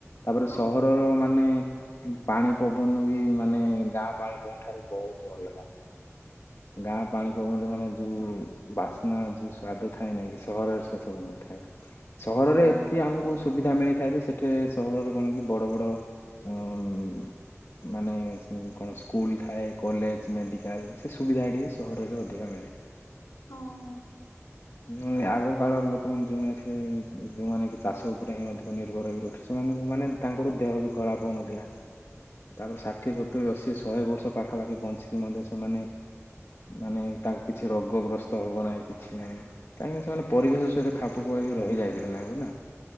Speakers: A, on the left; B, on the left.
A: ତାପରେ
B: ହଁ
A: ସହରର ମାନେ ପାଣି ପବନ ବି ମାନେ ଗାଁ ପାଣି ପବନ ଠାରୁ ବହୁତ ଅଲଗା। ଗାଁ ପାଣି ପବନରେ ମାନେ ଯୋଉ ବାସ୍ନା ଯୋଉ ସ୍ଵାଦ ଥାଏ ନାଇଁ କି ସହରରେ ସେ ସବୁ ନଥାଏ। ସହରରେ
B: ହଁ।
A: ଏତିକି ଆମକୁ ସୁବିଧା ମିଳିଥାଏ ଯେ, ସେଠି ସହରରେ କଣ କି ବଡ଼ ବଡ଼ ହୁଁ ମାନେ କଣ ସ୍କୁଲ୍ ଥାଏ, କଲେଜ ମେଡିକାଲ ସେ ସୁବିଧା ହେଟି କଲେଜରେ ଅଧିକ ମିଳେ।
B: ହଁ
A: ନହେଲେ ଆଗ କାଳର ଲୋକମାନେ ଯୋଉମାନେ ସେ ଯୋଉମାନେ କି ଚାଷ ଉପରେ ହିଁ ଅଧିକ ନିର୍ଭର ହେଇକି ରହୁଥିଲା ସେମାନଙ୍କୁ ମାନେ ତାଙ୍କର ଦେହ ବି ଖରାପ ହଉନଥିଲା। ତାପରେ ଷାଠିଏ ସତୁୁରରି ଅଶୀ ଶହେ ବର୍ଷ ପାଖାପାଖି ବଞ୍ଚିକି ମଧ୍ୟ ସେମାନେ ମାନେ ତାଙ୍କୁ କିଛି ରୋଗଗ୍ରସ୍ତ ହେବ ନାହିଁ କିଛି ନାହିଁ କାହିଁକିନା ସେମାନେ ପରିବେଶ ସହିତ ଖାପ ଖୁଆଇକି ରହିଯାଇଥିଲେ, ନାକୁ ନା